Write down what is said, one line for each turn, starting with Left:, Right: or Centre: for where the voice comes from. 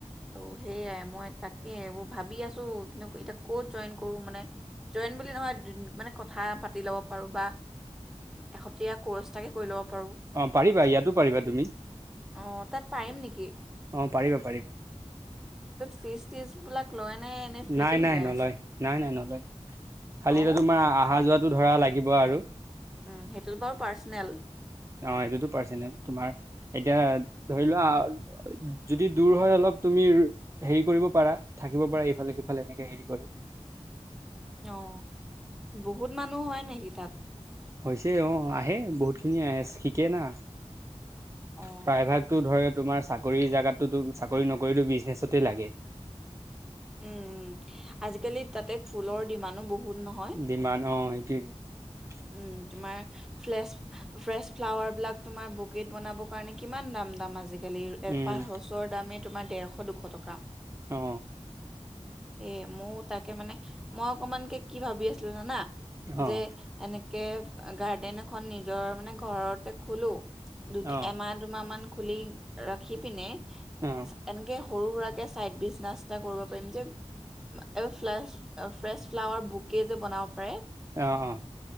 Centre: ত' সোই মই তাকে এইবোৰ ভাবি আছো কিন্তু এতিয়া ক'ত জইন কৰো মানে জইন বুলি নহয় মানে কথা পাতি ল'ব পাৰো বা এহতীয়া ক'ৰ্চটাকে কৰি ল'ব পাৰো
Right: অ পাৰিবা ইয়াতো পাৰিবা তুমি
Centre: অ তাত পাৰিম নেকি
Right: অ পাৰিবা পাৰিবা
Centre: ফিচ টিজ বিলাক লয় <unintelligible> ফ্ৰীকে
Right: নাই
Centre: শিকাই
Right: নাই নলয়
Centre: আছে
Right: নাই নাই নলয় খালি
Centre: অ
Right: এতিয়া তোমাৰ অহা যোৱাটো ধৰা লাগিব আৰু
Centre: উ সেইটোতো বাৰু পাৰ্চনেল
Right: অ এইটোতো পাৰ্চনেল তোমাৰ এতিয়া ধৰি লোৱা যদি দূৰ হয় অলপ তুমি হেৰি কৰিব পাৰা থাকিব পাৰা ইফালে সিফালে এনেকে হেৰি কৰি
Centre: অ বহুত মানুহ হয় নেকি তাত
Right: হৈছে অ আহে বহুত খিনি আহে শিকে না
Centre: অ
Right: প্ৰায় ভাগতটো ধৰে তোমাৰ চাকৰি জোগাতো চাকৰি নকৰিতো বিজনেছতে লাগে
Centre: উম উম আজিকালি তাতে ফুলৰ ডিমা বহুত নহয়
Right: দিমান অ সেইটোৱে দো <unintelligible>
Centre: উম তোমাৰ ফ্ৰেছ ফ্ৰেছ ফ্লাৱাৰ বিলাক তোমাৰ বোকিত বনাবৰ কাৰণে কিমান দাম দাম আজি আজিকালি এপাহ
Right: উম
Centre: ৰচৰ দামে তোমাৰ দেৰশ দুশ টকা
Right: অ
Centre: এ মোৰ তাকে মানে মই অকমানকে কি ভাবি আছিলো জানা
Right: অ',
Centre: যে এনেকে গাৰ্ডেন এখন নিজৰ মানে ঘৰতে খোলো দু
Right: অ',
Centre: এমাহ দুমাহ মান খুলি ৰাখি পিনে
Right: অ',
Centre: এনেকে সৰু সুৰাকৈ ছাইড বিজনাছ চ কৰিব পাৰিম যে ফ্ ফ্ৰেছ ফ্লাৱাৰ বুকে যে বনাব পাৰে
Right: অ অ